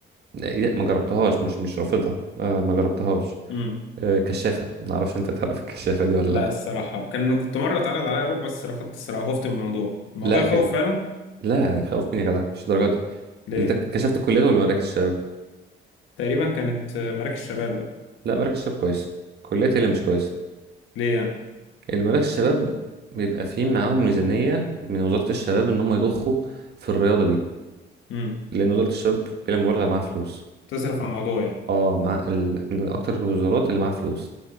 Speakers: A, on the right; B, on the left.
A: لا ما جربتهاش مش مش رافضها آه، ما جربتهاش
B: امم
A: آه، كشافة ما اعرفش انت تعرف الكشافة دي ولا
B: لا
A: لا
B: الصراحة كان كنت مرة اتعرض عليا اروح بس رفضت الصراحة خفت من الموضوع الموضوع
A: لا ك...
B: يخوف فعلا
A: لا خوف مني يا جدع مش الدرجة دي
B: ليه
A: انت كشفت الكليات ولا مراكز الشباب
B: تقريبا كانت آه، مراكز شباب لا
A: لا مراكز الشباب كويس الكليات هي اللي مش كويسة
B: ليه
A: المراكز الشباب بيبقى فيه معاهم ميزانية من وزارة الشباب ان هم يضخوا في الرياضة دي
B: يعني
A: لان وزارة الشباب بلا مبالغة معاها فلوس
B: تصرف على الموضوع يعني
A: اه مع ال... من اكتر الوزارات اللي معاها فلوس